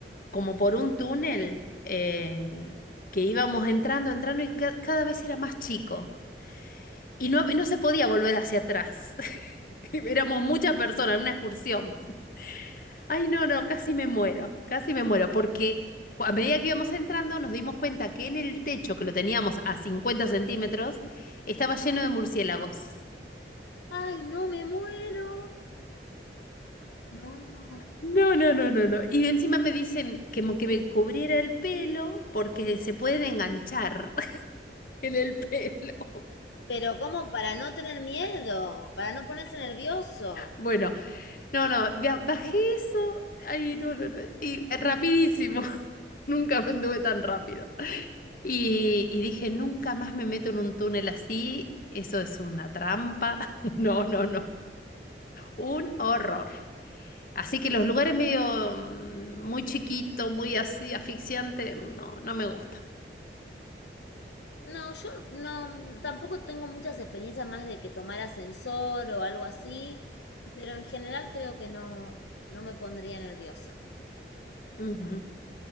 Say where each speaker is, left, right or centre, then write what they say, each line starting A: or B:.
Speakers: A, on the left (about 50°); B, on the left (about 85°).
A: como por un túnel em, que íbamos entrando, entrando y ca- cada vez era más chico. Y no, no se podía volver hacia atrás. <laughs> Éramos muchas personas, una excursión. Ay, no, no, casi me muero, casi me muero, porque cu- a medida que íbamos entrando nos dimos cuenta que en el techo, que lo teníamos a 50 centímetros, estaba lleno de murciélagos.
B: Ay, no, me muero. No.
A: No, no, no, no, no. Y encima me dicen que, mo- que me cubriera el pelo porque se pueden enganchar <laughs> en el pelo.
B: Pero ¿cómo para no tener miedo? Para no ponerse nervioso.
A: Bueno, No, no, bia- bajé eso. Ay, no, no, no. Y rapidísimo. <laughs> Nunca me anduve tan rápido. Y, y dije, nunca más me meto en un túnel así. Eso es una trampa. <laughs> No, no, no. Un horror. Así que los lugares medio mm, muy chiquito, muy así, asfixiante, no, no me gusta.
B: No, yo no, tampoco tengo muchas experiencias más de que tomar ascensor o algo así, pero en general creo que no, no me pondría nerviosa.
A: Ujú.